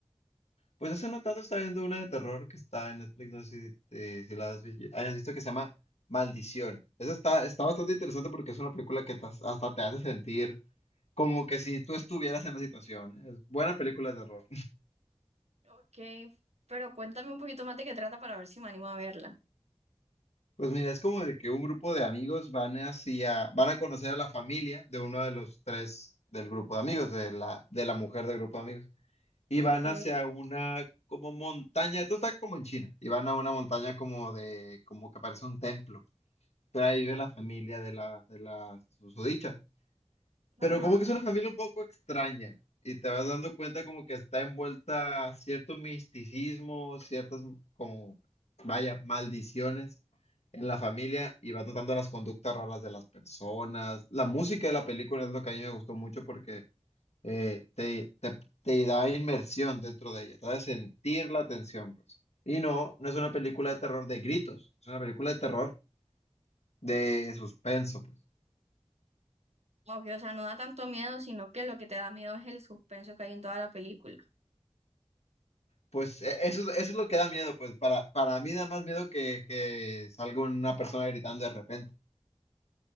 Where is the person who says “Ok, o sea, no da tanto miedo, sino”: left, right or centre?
Right